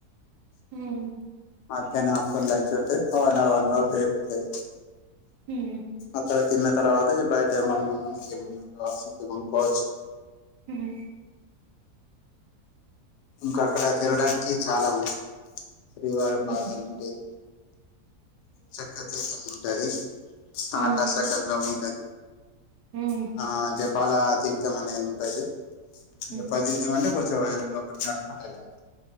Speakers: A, on the right; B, on the left.
A: హుమ్
B: మధ్యాహ్నం ఆఫ్ లంచ్ ఉంటది వన్ అవర్ బ్రేక్ ఉంటది
A: హ్మ్
B: అక్కడ తిన్న తర్వాత ఇప్పుడూ అయితే ఏమన్నా మనక ఏమన్నానా రాసింటే కొనుకోవచ్చు
A: ఉమ్
B: ఇంకా అక్కడ తినడానికి చాలా ఉంది శ్రీవారి పాదాలు
A: హ్మ్ హ్మ్
B: ఉంటాయి చెక్కతిదమ ఉంటది
A: హ్మ్
B: ఆకాశ గంగ ఉంటాది
A: హ్మ్ హ్మ్ హ్మ్
B: ఆ దెబ్ ఆడ తీర్థం అనేది ఉంటుది ఏ పదిది
A: హ్మ్ హ్మ్
B: అంటే కొద్ది శివాయ లోపట చానా <unintelligible>